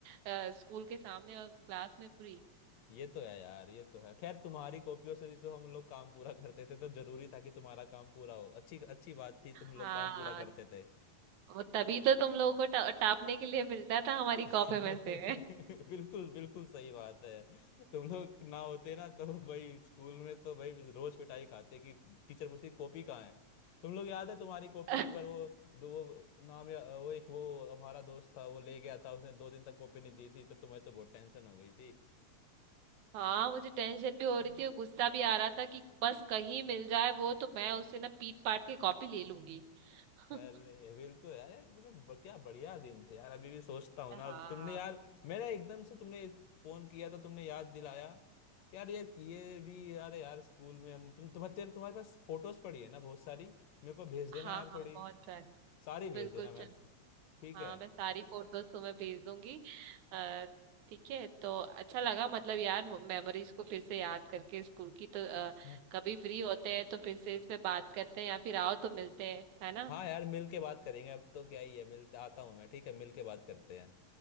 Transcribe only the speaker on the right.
अ, स्कूल के सामने और क्लास में पूरी
हाँ
वो तभी तो तुम लोगों को टा- टापने के लिए मिलता था हमारी
कॉपी में से
<laughs>
हाँ मुझे टेंशन भी हो
रही थी और गुस्सा भी आ रहा था कि बस कहीं मिल जाए वो तो मैं उससे ना पीट पाट के कॉपी ले लूंगी <laughs>
हाँ
हाँ
हाँ
बहुत सारी
बिल्कुल
चल
हाँ
मैं सारी फोटोज तुम्हें भेज दूंगी अ, ठीक है तो अच्छा लगा मतलब यार मेमोरीज को फिर से याद करके स्कूल की तो अ,
कभी फ्री होते हैं तो फिर से इस पे बात करते हैं या फिर आओ तो मिलते हैं है ना